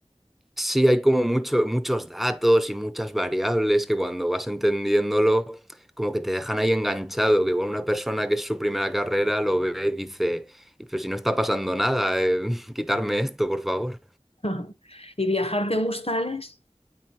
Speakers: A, in the centre; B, on the left (about 60°).
A: Sí, hay como mucho- muchos datos y muchas variables que cuando vas entendiéndolo, como que te dejan ahí enganchado, que igual una persona que es su primera carrera lo ve y dice, "Y pero si no está pasando nada, eh, <laughs> quitarme esto, por favor.
B: <laughs> ¿Y viajar te gusta, Alex?